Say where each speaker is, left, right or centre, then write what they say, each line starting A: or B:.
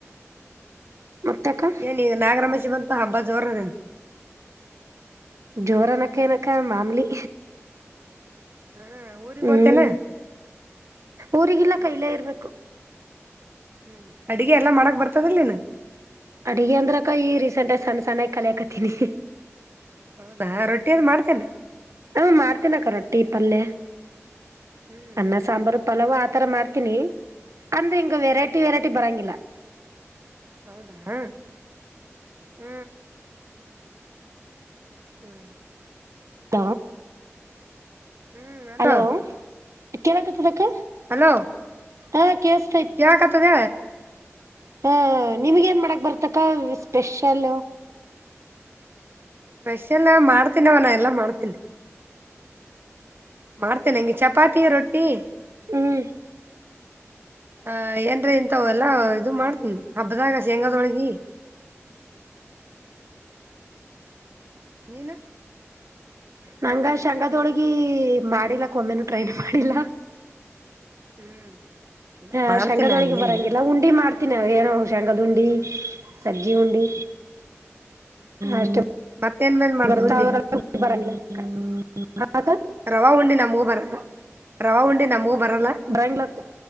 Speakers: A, on the right; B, on the right.
A: ಮತ್ತಕ್ಕ
B: ಏನ್ ಈಗ ನಾಗರಮೇಶಿ ಬಂತ ಹಬ್ಬ ಜೋರ ನನ್
A: ಜೋರನಕ್ಕಏನಕ್ಕ ಮಾಮಲಿ
B: ಹಾ ಊರಿಗ್
A: ಹ್ಮ್
B: ಹೋತೇನ
A: ಊರಿಗೆಲ್ಲ
B: ಹ್ಮ್
A: ಕೈಲೆ ಇರ್ಬೇಕು
B: ಹ್ಮ್ ಅಡಗೆ ಎಲ್ಲಾ ಮಾಡಕ್ ಬರ್ತದಲ್ನು
A: ಅಡಗ ಅಂದ್ರಕ್ಕ ಈ ರೀಸೆಂಟ್ಗ ಸಣ್ಣ ಸಣ್ಣ ಕಲಿಯಕತನಿ
B: ಹೌದಾ ರೊಟ್ಟಿಂತ ಮಾಡ್ತೇನೆ
A: ಹಾ ಮಾಡ್ತೀನಕ್ಕ ರೊಟ್ಟಿ ಪಲ್ಯ
B: ಹ್ಮ್
A: ಅನ್ನ ಸಾಂಬಾರು ಪಲಾವ ಆ ಆ ತರ ಮಾಡ್ತೀನಿ ಅಂದ್ರೆ ಹಿಂಗ ವೆರೈಟಿ
B: ಹ್ಮ್
A: ವೆರೈಟಿ ಬರಂಗಿಲ್ಲ
B: ಹೌದಾ ಹ್ಮ್ ಹ್ಮ್
A: ತ
B: ಹ್ಮ್ ಅಲೋ
A: ಹಲೋ ಹೇಳತದಕ
B: ಹಲೋ
A: ಹ ಕೆಸ
B: ಹೇಳಕತ್ತದ
A: ಹಾ ನಿಮಗ ಏನ್ ಮಾಡಕ್ ಬರ್ತಕ್ಕ ಸ್ಪೆಷಲ್
B: ಸ್ಪೆಷಲ್ ಮಾಡ್ತನ್ವ ನ ಎಲ್ಲಾ ಮಾಡ್ತನ್ ಮಾಡ್ತೇನಿ ಅಂಗೆ ಚಪಾತಿ ರೊಟ್ಟಿ
A: ಹ್ಮ್
B: ಆ ಏನ್ರೀ ಇಂತವೆಲ್ಲ ಇದು ಮಾಡ್ತಿನ್ ಹಬ್ದಾಗ ಶೇಂಗಾದೊಳ್ಗಿ ನೀನು
A: ನಂಗ ಶೇಂಗದೊಳ್ಗಿ ಮಾಡಿಲ್ಲಕ್ಕ ಒಮ್ಮೆನು ಟ್ರೈ ಮಾಡಿಲ್ಲ
B: ಹ್ಮ್ ಇಲ್ಲ
A: ಹ
B: ಮಾಡ್ತೀನ
A: ಶೇಂಗಾದೊಳ್ಗೆ
B: ಹಂಗೇನಿಲ್ಲ
A: ಬರಂಗಿಲ್ಲ ಉಂಡಿ ಮಾಡ್ ತ್ತಿನ ಅ ಏನ ಶೇಂಗದುಂಡಿ, ಸಜ್ಜಿ ಉಂಡಿ ಅಷ್ಟ
B: ಮತ್ತೇನ್ ಮೇನ್ ಮಾಡ್ತ
A: <unintelligible>
B: ಉಂಡಿ ರವ ಉಂಡಿ ನಮ್ವು ಬರಲ್ಲ, ರವಾ ಉಂಡಿ ನಮ್ವು ಬರಲ್ಲ
A: ಬರಂಗಿಲ್ಲಕ್ಕ